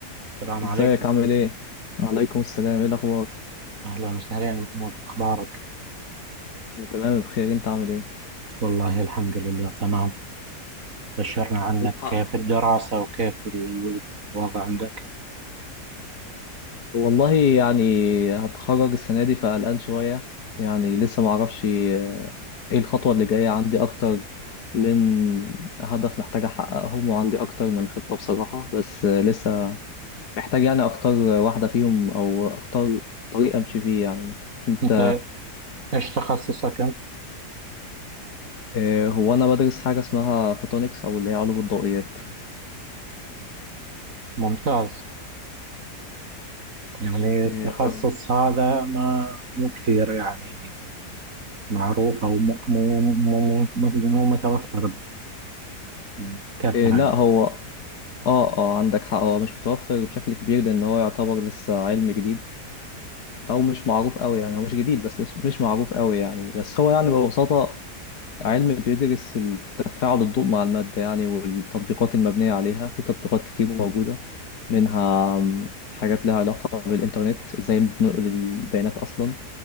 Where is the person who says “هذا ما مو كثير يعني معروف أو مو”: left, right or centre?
Right